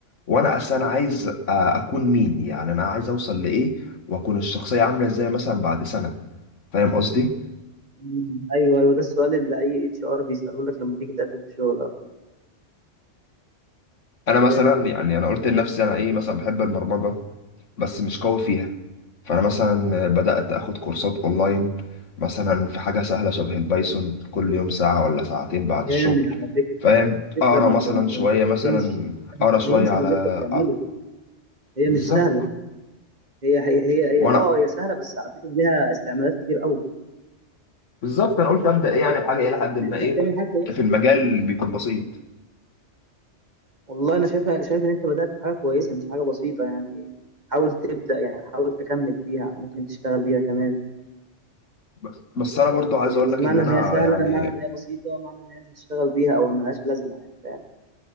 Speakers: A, on the left; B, on the right.
A: وانا اصلا عايز أ- اكون مين يعني انا عايز اوصل لايه واكون الشخصيه عامله ازاي مثلا بعد سنه فاهم قصدي
B: مم. ايوه ايوه ده السؤال اللي اي اتش ار بيساله لك لما تيجي تقدم في شغل اه
A: انا
B: جامد
A: مثلا يعني انا قلت لنفسي انا ايه مثلا بحب البرمجه بس مش قوي فيها فانا مثلا بدات اخد كورسات اونلاين مثلا في حاجه سهله شبه البايثون كل يوم ساعه ولا ساعتين بعد الشغل
B: جامد على فكره
A: فاهم
B: فكره
A: اقرا
B: ما
A: مثلا
B: ت- ما ت-
A: شويه
B: ما تستهينش
A: مثلا
B: ما
A: اقرا
B: تستهينش
A: شويه على
B: باللي انت بتعمله
A: آه،
B: هي
A: بالظبط
B: مش سهله هي هي هي, هي
A: وانا
B: اه هي سهله بس على فكره ليها استعمالات كتير قوي
A: بالظبط انا قلت ابدا ايه يعني بحاجه الى حد
B: يعني
A: ما
B: انت
A: ايه
B: بتعمل حاجه كويسه
A: في المجال اللي بيكون بسيط
B: والله انا شايف شايف ان انت بدات في حاجه كويسه مش حاجه بسيطه يعني حاول تبدا يعني حاول تكمل فيها ممكن تشتغل بيها كمان
A: بس بس انا برضو عايز
B: هي
A: اقول
B: مش
A: لك
B: معنى
A: ان انا
B: ان هي سهله
A: يعني
B: معنى ان هي بسيطه معنى ان هي مش هتشتغل بيها او ملهاش لازمه يعني فاهم